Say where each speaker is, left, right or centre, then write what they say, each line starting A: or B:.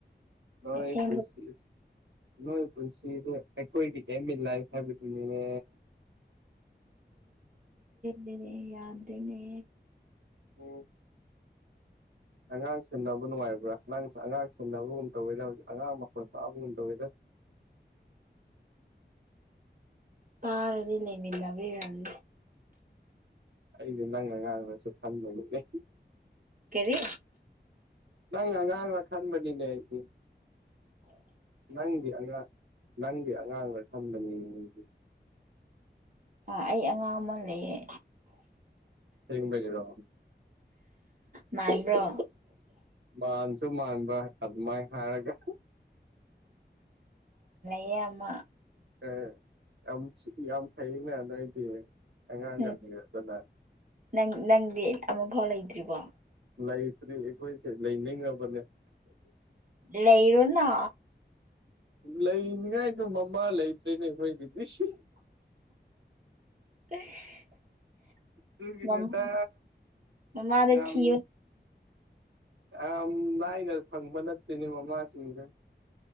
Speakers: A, on the right; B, on the right.
A: ꯅꯣꯏ
B: ꯑꯁꯦꯡꯕ
A: ꯄꯨꯟꯁꯤ ꯅꯣꯏ ꯄꯨꯟꯁꯤ ꯀꯣꯏꯗꯤ ꯀꯃꯤ ꯂꯥꯏ ꯍꯥꯏꯥꯏꯕ ꯇꯅꯤꯅꯦ
B: ꯂꯩ ꯌꯥꯗꯅꯦ
A: ꯑꯣꯝ ꯑꯉꯥꯡ ꯁꯤꯟꯅꯕ ꯅꯨꯡꯉꯥꯏꯕ꯭ꯔꯥ ꯅꯪꯁꯨ ꯑꯉꯥꯡ ꯁꯤꯦꯟꯅꯕꯒꯨꯝ ꯇꯧꯋꯦꯗ ꯍꯧꯖꯤꯛ ꯑꯉꯥꯡ ꯃꯈꯣꯟ ꯄꯥꯛꯑꯕꯒꯨꯝ ꯇꯧꯋꯦꯗ
B: <inaudible> ꯇꯥꯔꯗꯤ ꯂꯩꯃꯤꯟꯅꯕꯤꯔꯗꯦ
A: ꯑꯩꯗꯤ ꯅꯪ ꯑꯉꯥꯡꯅꯁꯨ ꯈꯟꯕꯗꯨꯅꯦ
B: ꯀꯔꯤ
A: ꯅꯪ ꯑꯉꯥꯡꯅ ꯈꯟꯕꯅꯤꯅꯦ ꯑꯩꯗꯤ ꯅꯪꯗꯤ ꯑꯉꯥꯡ ꯅꯪꯗꯤ ꯑꯉꯥꯡꯗ ꯊꯝꯕꯅꯤꯉꯗꯤ
B: ꯑ ꯑꯩ ꯑꯉꯥꯡ ꯑꯃ ꯂꯩꯌꯦ
A: ꯁꯦꯡꯕ ꯂꯩꯔꯣ
B: ꯃꯥꯏꯕ꯭ꯔꯣ
A: ꯃꯥꯟꯁꯨ ꯃꯥꯟꯕ ꯑꯗꯨꯃꯥꯏꯅ ꯍꯥꯏꯔꯒ
B: ꯌꯦꯦꯑꯃ
A: ꯑꯦ ꯑ ꯌꯥꯝꯝ ꯊꯩꯅꯦ ꯅꯣꯏꯗꯤ ꯑꯉꯥꯡꯒ
B: ꯎꯝ
A: ꯂꯩꯔꯗꯅ
B: ꯅꯪ ꯅꯪꯗꯤ ꯑꯃꯐꯥꯎ ꯂꯩꯇ꯭ꯔꯤꯕꯣ
A: ꯂꯩꯇ꯭ꯔꯤ ꯑꯩꯈꯣꯏꯁꯦ ꯂꯩꯅꯤꯡꯉꯕꯅꯦ
B: ꯂꯩꯔꯣꯅ
A: ꯂꯩꯅꯤꯉꯥꯏꯗꯣ ꯃꯃꯥ ꯂꯩꯇ꯭ꯔꯔꯤꯅꯦ ꯑꯩꯈꯣꯏ ꯗꯤꯗꯤꯁ
B: <inaudible>
A: ꯑꯗꯨꯒꯤꯅꯦꯗ
B: ꯃꯃ ꯃꯃꯥꯗ
A: ꯌꯥꯝ
B: ꯊ
A: ꯌꯥꯝ ꯂꯥꯏꯅ ꯐꯪꯕ ꯅꯠꯇꯦꯅꯦ ꯃꯃꯥꯁꯤꯡꯁꯦ